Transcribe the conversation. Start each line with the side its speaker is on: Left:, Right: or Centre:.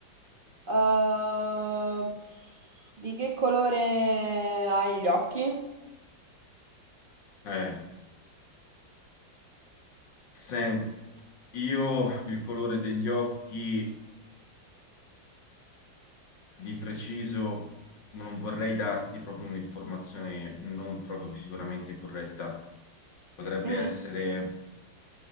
Right: Eh, di che colore hai gli occhi?
Left: Eh, sen- io il colore degli occhi Di preciso, ma non vorrei darti proprio un'informazione non proprio sicuramente corretta. Potrebbe
Right: Mm,
Left: essere,